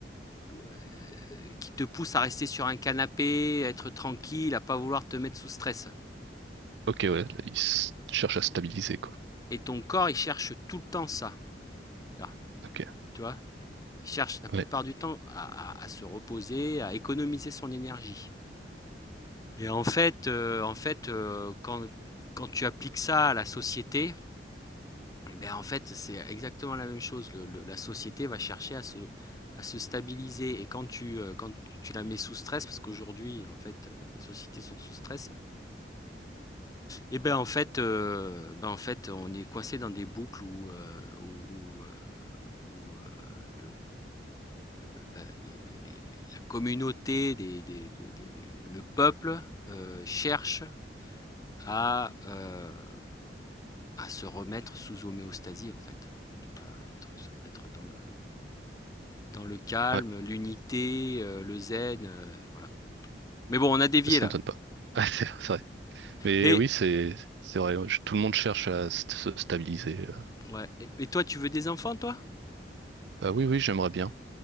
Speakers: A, on the left; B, on the right.
A: euh, qui te pousse à rester sur un canapé, à être tranquille, à pas vouloir te mettre sous stress.
B: Ok, ouais, là, ils s- cherchent à stabiliser, quoi.
A: Et ton corps, il cherche tout le temps ça. Là,
B: Ok.
A: tu vois, il cherche la plupart
B: Ouais,
A: du temps à, à- à se reposer, à économiser son énergie. Et en fait, euh, en fait, euh, quand quand tu appliques ça à la société, Et beh, en fait, c'est exactement la même chose. Le le la société va chercher à se à se stabiliser et quand tu, heu, quand tu la mets sous stress, parce qu'aujourd'hui, en fait, heu, les sociétés sont sous stress et ben, en fait, heu, ben, en fait, on est coincé dans des boucles où, heu, où où, heu, où, heu, le le la les les les les la communauté des des des des les le peuple, heu, cherche à, heu, à se remettre sous homéostasie, en fait. Tu vois? Être être dans le dans le calme,
B: ouais,
A: l'unité, heu, le zen, heu, voilà. Mais bon, on a dévié
B: ça
A: là.
B: m'étonne pas. <laughs> Ah, c'est vrai. Mais
A: Mais
B: oui, c'est c'est vrai. je- Tout le monde cherche à st- se stabiliser.
A: ouais et et toi, tu veux des enfants toi?
B: Euh, oui, oui, j'aimerais bien.